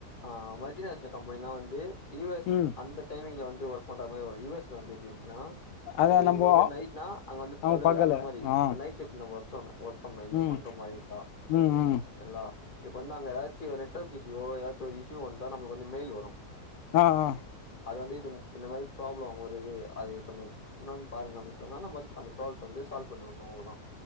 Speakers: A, on the left; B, on the left.
A: அ மல்டிநேஷனல் கம்பெனினா வந்து யூ எஸ்
B: ம்
A: அந்த டைமிங்ல வந்து ஒர்க் பண்ற மாரி வரு யூ எஸ் ல வந்து எப்ப எப்டினா
B: அதா
A: இப்ப
B: நம்போ
A: இங்க வந்து நைட்னா அங்க வந்து
B: அவங்க
A: பகலு
B: பாக்கல
A: அந்த மாரி
B: ஆ
A: இப்ப நைட் சிஃப்ட் நம்ம ஒர்க் பண்ணனு ஒர்க் பண்ணனு இங்க
B: ம்
A: பண்ற மாரி இருந்தா
B: ம் ம்
A: சரிங்களா இப்ப வந்து அங்க ஏதாச்சு ஒரு நெட்ஒர்க் இஷ்யுவோ ஏதாச்சு ஒரு இஷ்யூ வந்தா நமக்கு வந்து மெய்ல் வரு
B: ஆ ஆ
A: அது வந்து இது இந்த மாரி ப்ராப்ளம் ஒரு இது அது கொஞ்சம் என்னான் பாருங்க அப்டின் சொன்னாங்னா நம்ம அது அந்த ப்ராப்ளத்த வந்து சால் பண்ணிற்வாங்க அவ்ளதா